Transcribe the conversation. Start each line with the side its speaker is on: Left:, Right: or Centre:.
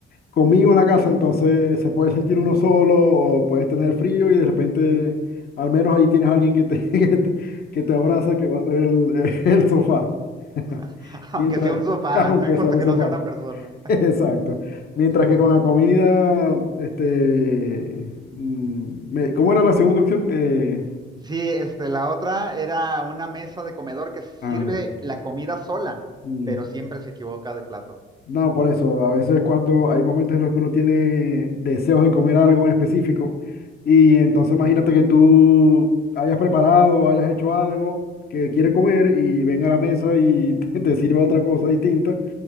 Left: conmigo en la casa, entonces se puede sentir uno solo o puedes tener frío y de repente al menos ahí tienes a alguien que te, <laughs> que te, que te abraza, que va a ser el, el sofá. <laughs>
Right: <laughs> Aunque
Left: Mientras,
Right: sea un sofá,
Left: aunque
Right: no importa
Left: sea un
Right: que
Left: sofá.
Right: no sea una persona.
Left: <laughs> Exacto. Mientras que
Right: <laughs>
Left: con la comida, este, mm,
Right: Mm.
Left: me- ¿cómo era la segunda opción? Eh,
Right: Sí, este, la otra era una mesa de comedor que sirve
Left: ah, ya.
Right: la comida sola,
Left: Mm,
Right: pero siempre se equivoca de plato.
Left: No, por
Right: Ujú.
Left: eso, a veces cuando hay momentos en los que uno tiene deseos de comer algo en específico y entonces imagínate que tú hayas preparado, hayas hecho algo que quiere comer y venga a la mesa y <laughs> te, te sirva otra cosa distinta